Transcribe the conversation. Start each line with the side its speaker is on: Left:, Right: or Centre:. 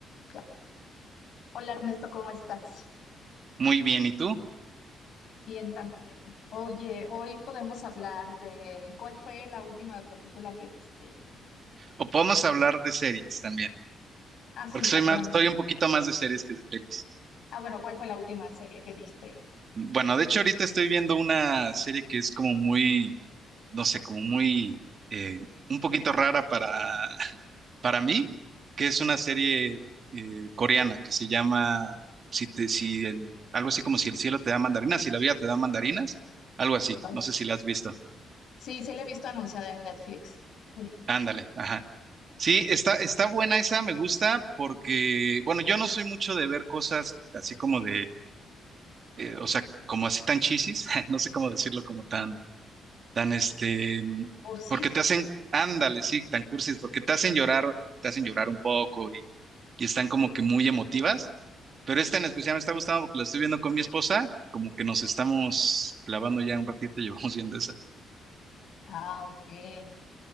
Left: Claro. Hola Ernesto, ¿cómo estás?
Right: Muy bien, ¿y tú?
Left: Bien también. Oye, hoy podemos hablar de cuál fue la última película que viste.
Right: O podemos hablar de series también,
Left: Ah, sí,
Right: porque soy
Left: también.
Right: más, soy un poquito más de series que de pelis.
Left: Ah, bueno, ¿cuál fue la última serie que viste?
Right: Bueno, de hecho ahorita estoy viendo una serie que es como muy, no sé, como muy, eh, un poquito rara para, <laughs> para mí, que es una serie eh, coreana que se llama, si te, si el, algo así como si el cielo te da mandarinas, si la vida te da mandarinas, algo así,
Left: Ok.
Right: no sé si la has visto.
Left: Sí, sí la he visto anunciada en Netflix. Sí.
Right: Ándale, ajá. Sí, está, está buena esa, me gusta porque, bueno, yo no soy mucho de ver cosas así como de, eh, o sea, como así tan chisis, <laughs> no sé cómo decirlo, como tan, tan este, mm,
Left: ¿Cursis?
Right: porque te hacen, ándale, sí, tan cursis, porque te hacen llorar, te hacen llorar un poco y, y están como que muy emotivas, pero esta en especial me está gustando porque la estoy viendo con mi esposa y como que nos estamos clavando ya un ratito y <laughs> llevamos viendo esa.
Left: Ah, ok.